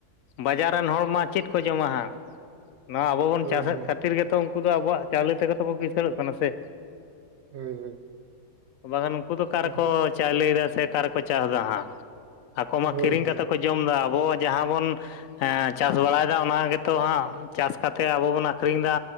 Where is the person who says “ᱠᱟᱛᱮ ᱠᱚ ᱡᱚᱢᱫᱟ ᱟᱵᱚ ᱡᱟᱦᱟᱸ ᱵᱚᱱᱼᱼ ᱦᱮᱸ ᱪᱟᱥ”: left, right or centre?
Left